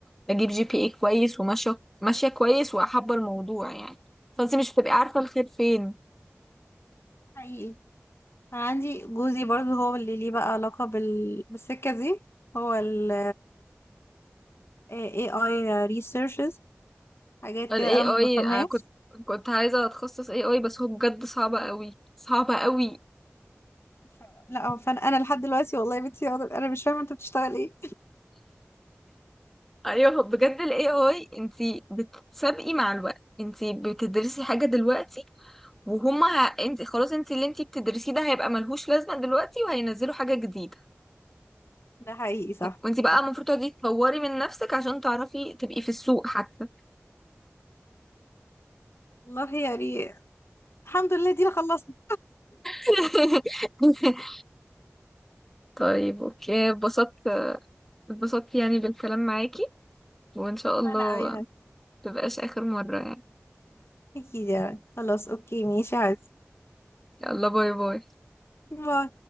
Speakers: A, in the centre; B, on the left.
A: بجيب جي بي اي كويس وماشيه ماشيه كويس وحابه الموضوع يعني فانت مش بتبقي عارفه الخير فين
B: حقيقي أنا عندي جوزي برضو هو اللي ليه بقى علاقة بال... بالسكة دي هو ال AI researches حاجات
A: الاي
B: كده انا ما
A: اي
B: بفهمهاش
A: انا كنت كنت عايزه اتخصص اي اي بس هو بجد صعب قوي صعب قوي
B: ف- لا هو فانا انا لحد دلوقتي والله يا بنتي انا مش فاهمه انت بتشتغل ايه
A: ايوه بجد ال AI انتي بتسابقي مع الوقت انتي بتدرسي حاجة دلوقتي وهما ه... انتي خلاص انتي اللي انتي بتدرسيه ده هيبقى ملهوش لازمة دلوقتي وهينزلوا حاجة جديدة
B: ده حقيقي صح
A: وانتي بقى
B: صح
A: المفروض تقعدي تطوري من نفسك عشان تعرفي تبقي في السوق حتى
B: والله يا ري الحمد لله دينا خلصنا
A: <laughs> طيب اوكي اتبسطت اتبسطت يعني بالكلام معاكي وان شاء الله
B: <laughs> انا قوي
A: متبقاش اخر مرة يعني
B: اكيد يعني خلاص اوكي ماشي يا عزيزي
A: يلا باي باي
B: باي